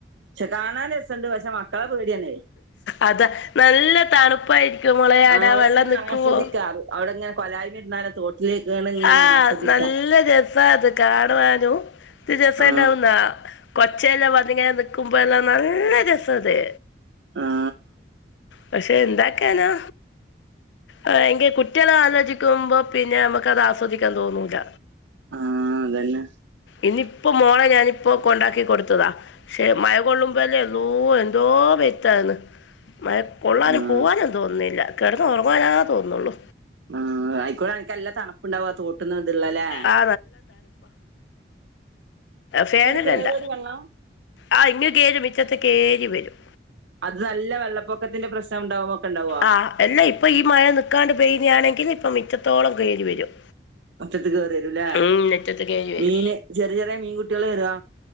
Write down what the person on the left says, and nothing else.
അതാ നല്ല തണുപ്പായിരിക്കും മോളെ ആടെ
വെള്ളം
നിക്കുവോ
ആഹ്
നല്ല രസാ അത് കാണാനും രസ
ഉണ്ടാവുന്ന കൊച്ചല്ല വന്നിങ്ങ ക്കുമ്പോല്ലാം നല്ല രസഅത്
പക്ഷെ എന്താക്കാനാ ആ എങ്ക കുട്ടികളെ ആലോചിക്കുമ്പോ പിന്നെ നമുക്കത് ആസ്വദിക്കാൻ തോന്നൂല
ഇന്ന് ഇപ്പോ മോളെ ഞാനിപ്പോ കൊണ്ടാക്കി കൊടുത്തതാ ശേ മയ കൊള്ളുമ്പഴേ എന്തോ എന്തോ പെയ്ത്താണ് മയ കൊള്ളാനും
പോകാനും തോന്നുന്നില്ല കിടന്ന്ഉറങ്ങാനാ തോന്നുള്ളു
ആ ഫാൻ ഇടണ്ട
ആ ഇങ് കയറി മിറ്റത്ത് കയറി വരും
ആ അല്ല ഇപ്പൊ ഈ മഴ നക്കാണ്ട് പെയ്യുന്നാണെങ്കിൽ ഇപ്പ എറ്റത്തോളം കയറി വരും
ഉം മിറ്റത്ത് കയറി വരും